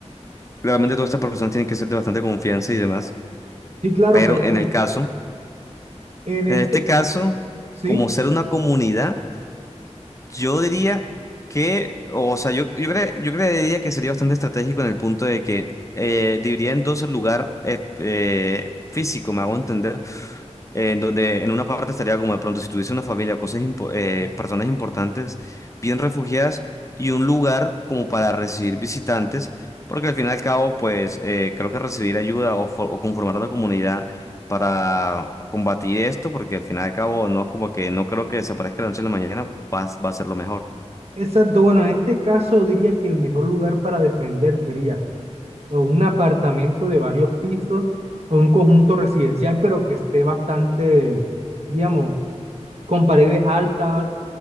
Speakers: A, on the left (about 25°); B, on the right (about 60°).
A: Claramente todas estas personas tienen que ser de bastante confianza y demás,
B: Sí, claro,
A: pero
B: pero bueno,
A: en el caso,
B: en
A: en
B: este,
A: este caso,
B: ¿sí?
A: como ser una comunidad. Yo diría que, o sea, yo, yo, cre- yo creería que sería bastante estratégico en el punto de que eh, dividiría en dos el lugar eh, eh, físico, me hago entender, eh, en donde en una parte estaría como de pronto si tuviese una familia o cosas impo- eh, personas importantes, bien refugiadas, y un lugar como para recibir visitantes, porque al fin y al cabo, pues eh, creo que recibir ayuda o, fo- o conformar una comunidad para combatir esto, porque al final y al cabo no es como que no creo que desaparezca la noche en la mañana, va, a va a ser lo mejor.
B: exacto, bueno, en este caso diría que el mejor lugar para defender sería o un apartamento de varios pisos o un conjunto residencial, pero que esté bastante, digamos, con paredes altas,